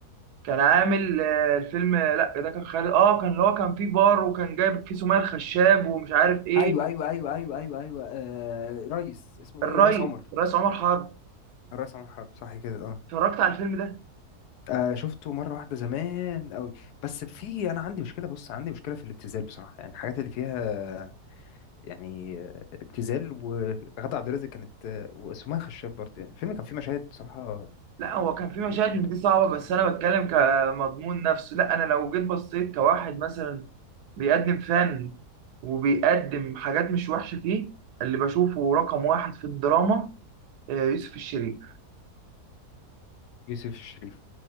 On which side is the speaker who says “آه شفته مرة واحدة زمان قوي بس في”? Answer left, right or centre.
Left